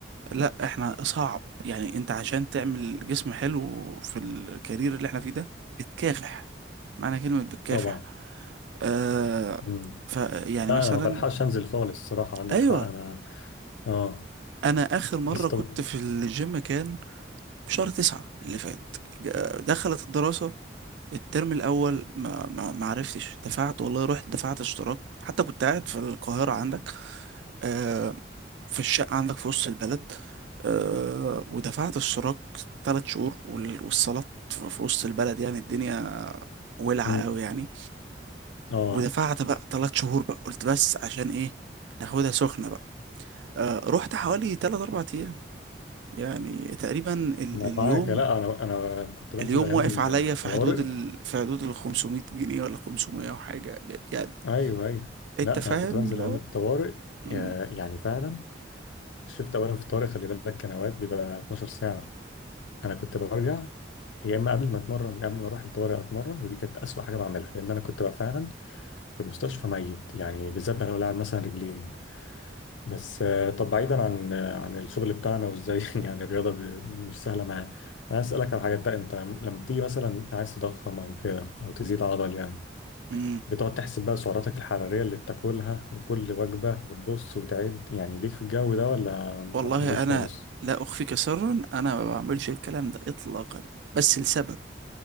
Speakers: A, on the right; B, on the left.
A: لا احنا صعب يعني انت عشان تعمل جسم حلو في الكارير اللي احنا فيه ده بتكافح معنى كلمة بتكافح
B: طبعا
A: آه
B: امم
A: ف يعني
B: لا
A: مثلا
B: انا ما بلحقش انزل خالص الصراحه عندك
A: ايوه
B: حق انا اه
A: انا اخر مرة
B: بس طب
A: كنت في الجيم كان في شهر تسعة اللي فات جا- دخلت الدراسة الترم الاول ما ما ما عرفتش دفعت والله رحت دفعت اشتراك حتى كنت قاعد في القاهرة عندك آه، في الشقة عندك في وسط البلد آه ودفعت اشتراك تلات شهور وال- والصالات في في وسط البلد يعني الدنيا ولعة
B: مم.
A: قوي يعني
B: اه
A: ودفعت بقى تلات شهور بقى قلت بس عشان ايه ناخدها سخنة بقى آه رحت حوالي تلات أربع أيام يعني تقريبا ال
B: ما
A: اليوم
B: معاك لا انا انا كنت بنزل
A: اليوم
B: ايام
A: واقف عليا
B: الطوارئ
A: في حدود ال في حدود ال 500 جنيه ولا 500 وحاجة يعني
B: ايوه ايوه
A: انت
B: لا
A: فاهم
B: انا كنت بنزل
A: اللي
B: ايام
A: هو
B: الطوارئ
A: مم،
B: آه، يعني فعلا الشفت اولا في الطوارئ خلي بالك كان اوقات بيبقى 12 ساعه انا كنت برجع يا اما قبل ما اتمرن قبل ما اروح الطوارئ اتمرن ودي كانت اسوأ حاجه بعملها لان انا كنت بقى فعلا في المستشفى ميت يعني بالذات بقى لو لاعب مثلا رجلين بس آه، طب بعيدا عن آه، عن الشغل بتاعنا وازاي <laughs> يعني الرياضه ب- مش سهله معايا انا اسالك على حاجه انت انت لما بتيجي مثلا عايز تضخم او كده او تزيد عضل يعني
A: مم،
B: بتقعد تحسب بقى سعراتك الحرارية اللي بتاكلها وكل وجبة وتبص وتعد يعني ليك في الجو ده ولا
A: والله
B: ما بتعملوش
A: انا
B: خالص
A: لا اخفيك سرا انا ما بعملش الكلام ده اطلاقا بس لسبب